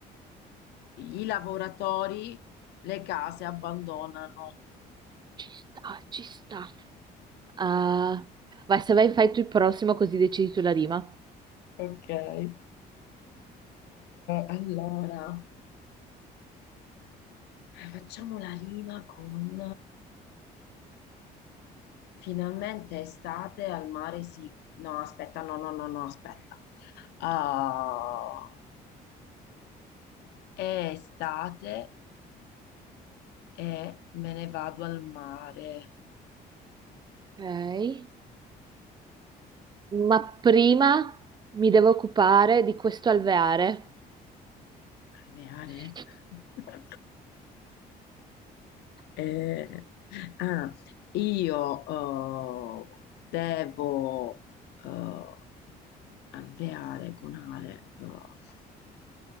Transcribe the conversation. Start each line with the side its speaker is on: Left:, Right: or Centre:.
Left: i lavoratori, le case abbandonano.
Right: Ci sta, ci sta. Ah, vai, se vai, fai tu il prossimo così decidi tu la rima.
Left: Ok. Eh, allora, Facciamo la rima con finalmente estate al mare si... No, aspetta, no, no, no, no, aspetta. Ah, è estate e me ne vado al mare.
Right: Ok. Ma prima mi devo occupare di questo alveare.
Left: Alveare?
Right: <laughs>
Left: <laughs> Eh, ah, io eh, devo eh, alveare con ale. eh.